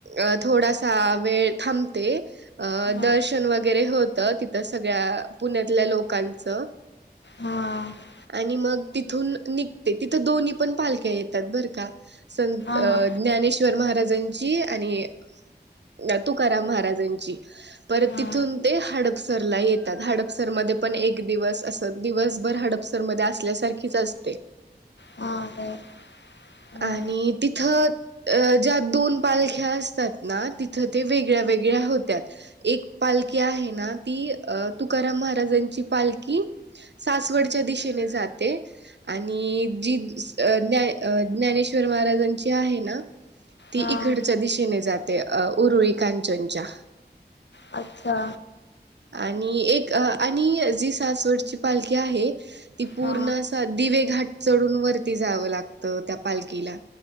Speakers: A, on the right (about 75°); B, on the left (about 80°).
A: अ थोडासा वेळ थांबते. अ
B: हा
A: दर्शन वगैरे होतं तिथं सगळ्या पुण्यातल्या लोकांचं....
B: हा
A: आणि मग तिथून निघते तिथ दोन्ही पण पालख्या येतात बर का संत अ....
B: हा
A: ज्ञानेश्वर महाराजांची आणि अ तुकाराम महाराजांची.... परत
B: हा हा
A: तिथून ते हाडपसरला येतात हाडपसरमध्ये पण एक दिवस असतं..... दिवसभर हाडपसर मध्ये असल्यासारखीच असते...
B: हा काय हा
A: आणि तिथं... अ ज्या दोन पालख्या असतात ना तिथं ते वेगळ्या वेगळ्या होत्यात. एक पालखी आहे ना ती अ तुकाराम महाराजांची पालखी... सासवडच्या दिशेने जाते आणि जी ज्ञाने... अ ज्ञानेश्वर महाराजांची आहे ना.. ती
B: हा
A: इकडच्या दिशेने जाते अ उरुळी कांचनच्या...
B: अच्छा...
A: आणि एक आणि जी सासवडची पालखी आहे. ती पूर्ण
B: हा
A: अस दिवे घाट चढून वरती जावं लागतं त्या पालखीला...